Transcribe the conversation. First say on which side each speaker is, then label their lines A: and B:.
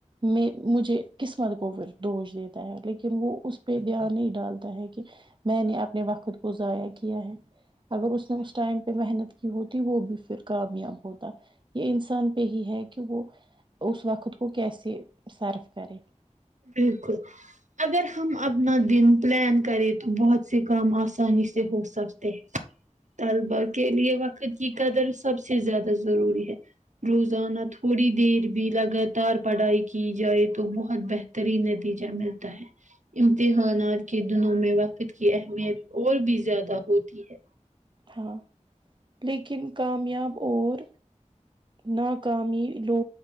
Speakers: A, on the right (about 40°); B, on the right (about 70°).
A: میں مجھے قسمت کودش دیتا ہے لیکن وہ اس پہ دھیان نہیں ڈالتا ہے کہ میں نے اپنے وقت کو ضائع کیا ہے اگر اس نے اس ٹائم پہ محنت کی ہوتی وہ بھی پھر کامیاب ہوتا یہ انسان پہ ہی ہے کہ وہ اس وقت کو کیسے صارف کرے
B: بالکل اگر ہم اپنا دن پلان کریں تو بہت سے کام آسانی سے ہو سکتے ہیں طلبا کے لیے وقت کی قدر سب سے زیادہ ضروری ہے روزانہ تھوڑی دیر بھی لگاتار پڑھائی کی جائے تو بہت بہترین نتیجہ ملتا ہے امتحانات کے دنوں میں وقت کی اہمیت اور بھی زیادہ ہوتی ہے
A: ہاں لیکن کامیاب اور ناکامی لو